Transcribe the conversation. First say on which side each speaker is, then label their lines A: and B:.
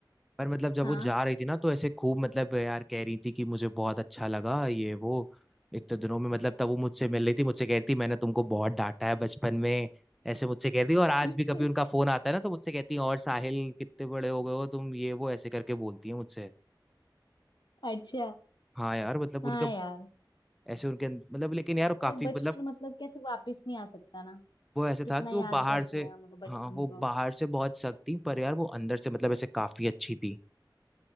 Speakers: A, in the centre; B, on the left (about 65°).
A: पर मतलब जब
B: हाँ
A: वो जा रही थी ना तो ऐसे खूब मतलब यार कह रही थी कि मुझे बहुत अच्छा लगा ये वो इतने दिनों में मतलब तब वो मुझसे मिल रही थी मुझसे कह रही थी मैंने तुमको बहुत डांटा है बचपन में ऐसे मुझसे कह रही थी और आज
B: <laughs>
A: भी कभी उनका फोन आता है ना तो मुझसे कहती है और साहिल कितने बड़े हो गए हो तुम ये वो ऐसे करके बोलती है मुझसे
B: अच्छा
A: हाँ यार मतलब
B: हाँ
A: उनका
B: यार
A: ऐसे उनके अंद- मतलब लेकिन यार वो काफी
B: यार बचपन
A: मतलब
B: मतलब कैसे वापस नहीं आ सकता ना
A: वो ऐसे
B: कितना
A: था कि
B: याद
A: वो बाहर
B: करते
A: से
B: हैं मतलब बचपन
A: हाँ वो
B: को
A: बाहर से बहुत सख्त थी पर यार वो अंदर से मतलब ऐसे काफी अच्छी थी